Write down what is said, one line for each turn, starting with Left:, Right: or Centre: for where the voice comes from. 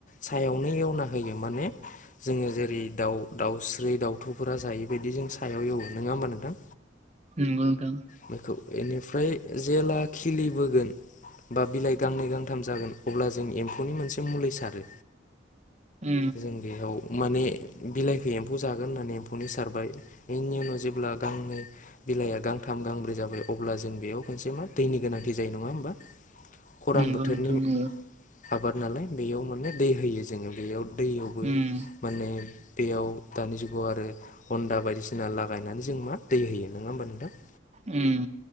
Left: सायावनो एवना होयो माने जोङो जेरै- दाउ दाउस्रि दाउथुफोरा जायैबायदि जों सायाव एवो नोङा होमबा नोंथां?
Right: नंगौ नोंथां
Left: बेखौ एनिफ्राय जेला। खिलिबोगोन बा बिलाइ गांनै गांथाम जागोन अब्ला जों एम्फौनि मोनसे मुलि सारो।
Right: उम
Left: जों बेयाव। माने बिलाइखो एम्फौ जागोन होननानै एम्फौनि सारबाय बेनि उनाव जेब्ला। गांनै बिलाइआ गां थाम गांब्रै जाबाय अब्ला जों बेयाव खनसे दैनि गोनांथि जायो नङा होमबा? खरां
Right: नोंगौ
Left: बोथोरनि
Right: नोंथां नोंगौ।
Left: आबाद नालाय बेयाव। मोने दै होयो जोङो बेयाव दैयावबो
Right: उम
Left: माने। बेयाव दानि जुगाव आरो हन्दा बायदिसिना लागायनानै जों मा दै होयो नङा होमबा नोंथां?
Right: उम।